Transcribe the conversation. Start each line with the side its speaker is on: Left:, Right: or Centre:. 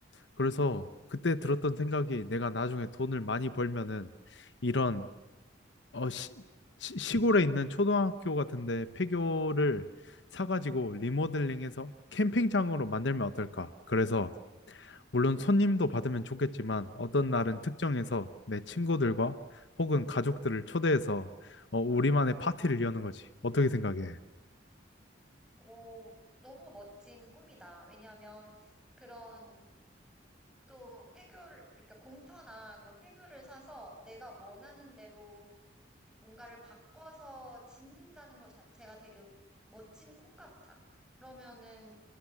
Left: 그래서 그때 들었던 생각이 내가 나중에 돈을 많이 벌면은 이런 어 시, 시- 시골에 있는 초등학교 같은데 폐교를 사가지고 리모델링해서 캠핑장으로 만들면 어떨까? 그래서 물론 손님도 받으면 좋겠지만 어떤 날은 특정해서 내 친구들과 혹은 가족들을 초대해서 어, 우리만의 파티를 여는 거지. 어떻게 생각해?
Centre: 오, 너무 멋진 꿈이다. 왜냐하면 그런 또 폐교를, 그러니까 공터나 그런 폐교를 사서 내가 원하는 대로 뭔가를 바꿔서 짓는다는 것 자체가 되게 멋진 꿈 같아. 그러면은,